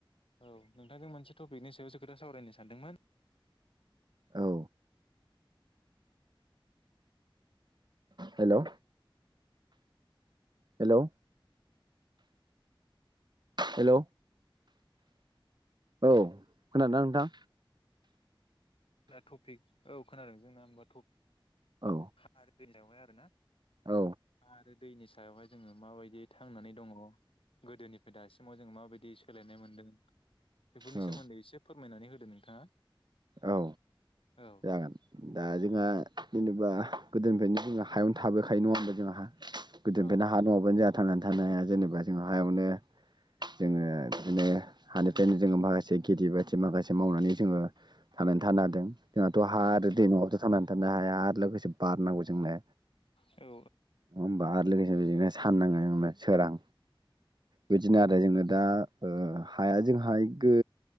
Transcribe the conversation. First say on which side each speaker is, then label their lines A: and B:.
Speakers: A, on the left; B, on the right.
A: औ नोंथांजों मोनसे टपिकनि सायावसो खोथा सावरायनो सानदोंमोन।
B: औ हेलौ हेलौ हेलौ औ खोनादोंना नोंथां।
A: टपिक औ खोनादों जोंना होनबा
B: औ
A: आरोना।
B: औ
A: आरो दैनि सायावहाय जोङो माबायदि थांनानै दङ। गोदोनिफाय दासिमाव जों माबायदि सोलायनाय मोनदों। बेफोरनि
B: औ
A: सोमोन्दै एसे फोरमायनानै होदो नोंथाङा।
B: औ
A: औ
B: जागोन दा जोंहा जेनेबा गोदोनिफ्रायनो जोंहा हायावनो थाबोखायो नङा होना जोंहा गोदोनिफायनो
A: औ औ
B: हा नङाबानो जोंहा थांनानै थानो हा जेनेबा जों हायावनो जोङो बिदिनो हानिफ्रायनो जोङो माखासे खेथि बाथि माखासे मावनानै जोङो थांनानै थानो हादों जोंहाथ' हा आरो दै नङाबाथ' थांनानै थानो हाया आरो लोगोसे बार नांगौ जोंनो
A: औ
B: होनोमबा आरो लोगोसे बिदिनो साननांगो होना सोरां बिदिनो आरो जोंनो ओ दा हाया जोंहाय गो